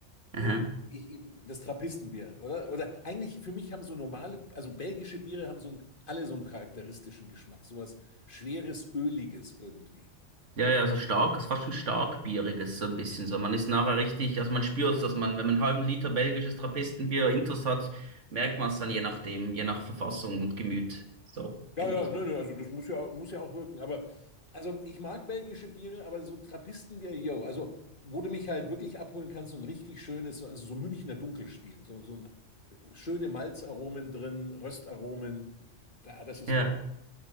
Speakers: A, on the left; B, on the right.
A: Äh,
B: Aha.
A: ich, das Trappistenbier, oder? Oder eigentlich für mich haben so normale, also belgische Biere haben so einen, alle so einen charakteristischen Geschmack, sowas schweres, öliges irgendwie.
B: Ja, ja, so stark, ist fast schon stark bieriges, so ein bisschen so. Man ist nachher richtig, also man spürt dass man, wenn man einen halben Liter belgisches Trappistenbier intus hat, merkt man es dann je nachdem, je nach Verfassung und Gemüt. So, finde
A: Ja, ja,
B: ich.
A: nö, nö, also das muss ja, muss ja auch wirken. Aber also ich mag belgische Biere, aber so Trappistenbier, yo, also wo du mich halt wirklich abholen kannst, so ein richtig schönes, so- also so Münchner Dunkelstil, so, so ein, schöne Malzaromen drin, Röstaromen, da, das ist
B: Ja.
A: gut.